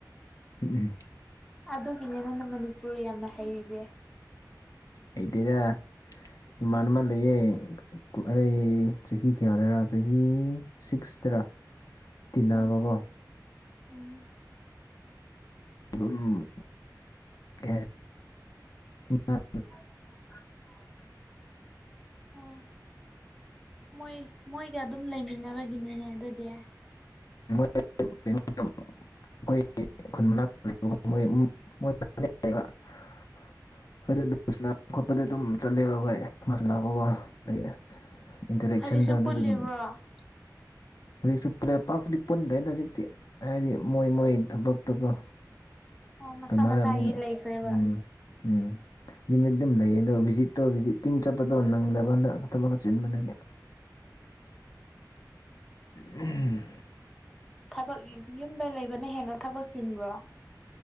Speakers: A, on the left; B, in the centre.
A: ꯎꯝ
B: ꯑꯗꯨꯒꯤꯅꯤ ꯅꯪꯅ ꯃꯅꯤꯄꯨꯔ ꯌꯥꯝꯅ ꯍꯩꯔꯤꯖꯦ꯫
A: ꯍꯩꯇꯦꯗ ꯏꯃꯥꯟꯅꯕ ꯂꯩꯌꯦ ꯑꯩ ꯆꯍꯤ ꯀꯌꯥꯗꯔꯥ ꯆꯍꯤ ꯁꯤꯛꯁꯇꯔ ꯇꯤꯟꯅꯕꯀꯣ꯫
B: ꯎꯝ ꯎꯝ
A: ꯗꯨꯝ ꯀꯦ <unintelligible>
B: <unintelligible> ꯑꯣ ꯃꯣꯏ ꯃꯣꯏꯒ ꯑꯗꯨꯝ ꯂꯩꯃꯤꯟꯅꯕꯒꯤꯅꯤꯅꯦ ꯑꯗꯨꯗꯤ꯫
A: <unintelligible> ꯑꯈꯣꯏꯒꯤ ꯈꯨꯟ ꯃꯅꯥꯛꯇ ꯂꯩꯕ <unintelligible> ꯑꯗꯨ ꯑꯗꯨꯝ ꯃꯁꯅꯥ ꯈꯣꯠꯄꯗ ꯑꯗꯨꯝ ꯆꯠꯂꯦꯕ ꯈꯣꯏ ꯃꯁ ꯂꯥꯛꯄꯀꯣ <unintelligible> ꯏꯟꯇꯔꯦꯛꯁꯟꯗ
B: ꯍꯧꯖꯤꯛꯁꯨ
A: ꯑꯗꯨꯗ
B: ꯄꯨꯜꯂꯤꯕ꯭ꯔꯣ
A: ꯑꯗꯨꯝ ꯍꯧꯖꯤꯛꯁꯨ ꯄꯨꯜꯂꯦ ꯄꯥꯛꯄꯨꯗꯤ ꯄꯨꯟꯗ꯭ꯔꯦꯗ ꯍꯧꯖꯤꯛꯇꯤ ꯍꯥꯏꯗꯤ ꯃꯣꯏ ꯃꯣꯏ ꯊꯕꯛ ꯇꯣꯀꯣ
B: ꯑꯣ ꯃꯁꯥ
A: ꯇꯧꯅꯔꯕꯅꯤꯅ
B: ꯃꯁꯥꯒꯤ ꯂꯩꯈ꯭ꯔꯦꯕ
A: ꯎꯝ ꯎꯝ ꯌꯨꯝꯗ ꯑꯗꯨꯝ ꯂꯩꯌꯦ ꯑꯗꯣ ꯚꯤꯖꯤꯠꯇꯣ ꯚꯤꯠ ꯇꯤꯡ ꯆꯠꯄꯗꯣ ꯅꯪꯗꯕ ꯍꯟꯗꯛ ꯊꯕꯛ ꯈꯔ ꯆꯤꯟꯕꯗꯒꯤ꯫ ꯎꯝ
B: ꯊꯕꯛ ꯌꯨꯝꯗ ꯂꯩꯕꯅ ꯍꯦꯟꯅ ꯊꯕꯛ ꯆꯤꯟꯕ꯭ꯔꯣ꯫